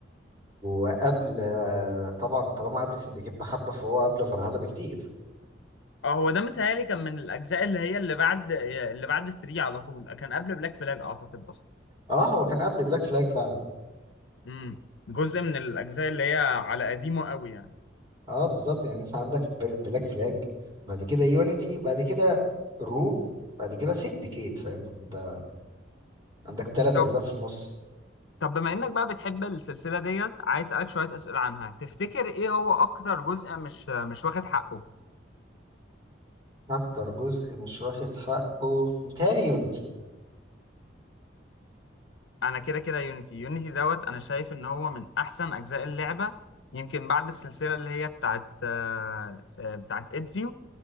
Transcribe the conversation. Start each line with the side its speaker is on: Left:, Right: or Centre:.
Right: وقبل طبعا طالما قبل سندكيت بحبه فهو قبل فالهالا بكتير
Left: اه هو ده متهيألي كان من الأجزاء اللي هي اللي بعد اللي بعد 3 على طول كان قبل بلاك فلاج أعتقد أصلا
Right: اه هو كان قبل بلاك فلاج فعلا
Left: امم جزء من الأجزاء اللي هي على قديمه قوي يعني
Right: اه بالظبط يعني انت عندك بلاك فلاج بعد كده يونيتي بعد كده روج بعد كده سندكيت فاهم انت عندك تلات
Left: طب
Right: اجزاء في النص
Left: طب بما إنك بقى بتحب السلسلة ديت عايز أسألك شوية أسئلة عنها تفتكر إيه هو أكتر جزء مش مش واخد حقه
Right: اكتر جزء مش واخد حقه متهيألي يونيتي
Left: أنا كده كده يونيتي يونيتي دوت أنا شايف إن هو من أحسن أجزاء اللعبة يمكن بعد السلسلة اللي هي بتاعت آه، آه، بتاعت إدزيو